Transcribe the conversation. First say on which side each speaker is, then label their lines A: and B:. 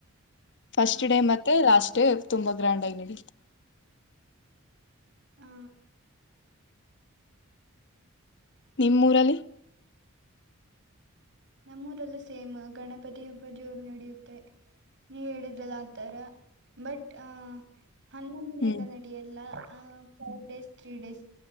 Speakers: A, on the left (about 55°); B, on the right (about 60°).
A: ಫಸ್ಟ್
B: ಹ
A: ಡೇ ಮತ್ತೆ ಲಾಸ್ಟ್ <unintelligible> ತುಂಬಾ ಗ್ರ್ಯಾಂಡ್ ಆಗಿ ನಡಿಯುತ್ತೆ
B: ಆ
A: ನಿಮ್ ಊರಲ್ಲಿ
B: ನಮೂರಲ್ಲೂ ಸೇಮ್ ಗಣಪತಿ ಹಬ್ಬ ಜೋರು ನಡೆಯುತ್ತೆ ನೀ ಹೇಳಿದ್ರಲ್ಲ ಆತರ ಬಟ್ ಆ ಹನ್ನೊಂದ್ ದಿನ
A: ಹ್ಮ್
B: ಎಲ್ಲಾ ನಡಿಯಲ್ಲಾ ಆ ಫೋರ್ ಡೇಸ್ ತ್ರೀ ಡೇಸ್